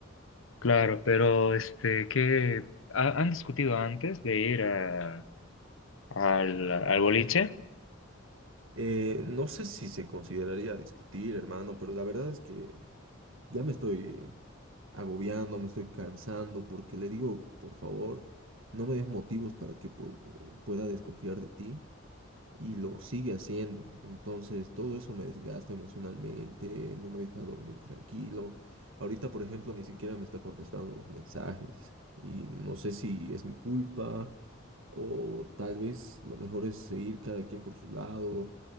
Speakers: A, on the left; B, on the right.
A: Claro, pero este, ¿qué ha- han discutido antes de ir a- al, al boliche?
B: Eh, no sé si se consideraría discutir, hermano, pero la verdad es que ya me estoy agobiando, me estoy cansando, porque le digo, por favor, no me des motivos para que pu- pueda desconfiar de ti y lo sigue haciendo. Entonces, todo eso me desgasta emocionalmente, no me deja dormir tranquilo. Ahorita, por ejemplo, ni siquiera me está contestando los mensajes y no sé si es mi culpa o tal vez lo mejor es seguir cada quien por su lado